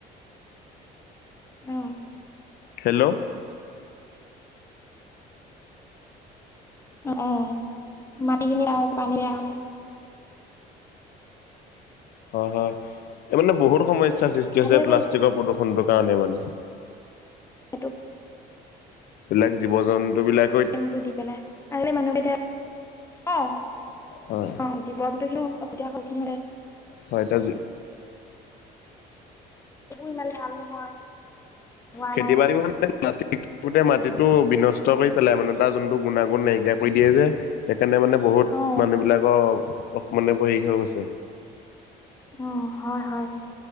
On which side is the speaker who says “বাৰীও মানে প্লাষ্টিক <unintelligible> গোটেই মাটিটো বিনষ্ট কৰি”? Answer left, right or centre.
Left